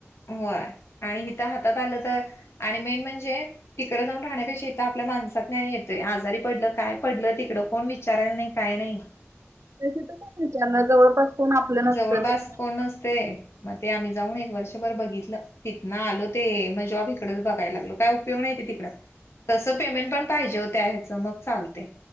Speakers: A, on the left; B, on the right.
A: होय आणि हिथं हातात आलं तर, आणि मेन म्हणजे तिकडं जाऊन राहण्यापेक्षा इथं आपल्या माणसातन येतोय आजारी पडलं काय पडलं तिकडे कोण विचारायला नाही काही नाही.
B: ते तिथं पण विचारणार जवळपास कोण आपलं नसतं
A: जवळपास
B: तसं.
A: कोण नसते मग ते आम्ही जाऊन एक वर्षभर बघितलं. तिथ ना आलो ते मग जॉब इकडचं बघाय लागलो काय उपयोग नाही ते तिकडं. तसं पेमेंट पण पाहिजे होत्या या् ह्याचं मग चालते.